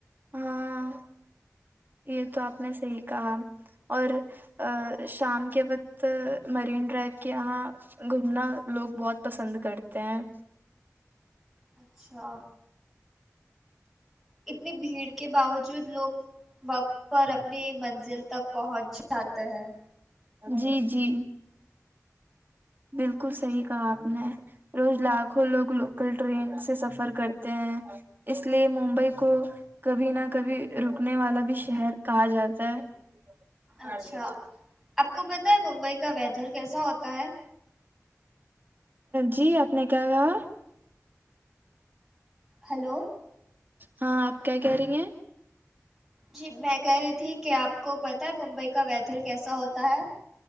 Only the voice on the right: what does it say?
ہاں یہ تو آپ نے صحیی کہا اور ا شام کے وقت مرین ڈرائیو کے یہاں گھومنا لوگ بہت پسند کرتے ہیں
جی جی بالکل صحیح کہا آپ نے روز لاکھوں لوگ لوکل ٹرین سے سفر کرتے ہیں اس لیے ممبئی کو کبھی نہ کبھی رکنے والا بھی شہر کہا جاتا ہے
جی آپ نے کیا کہا
ہاں آپ کیا کہہ رہی ہیں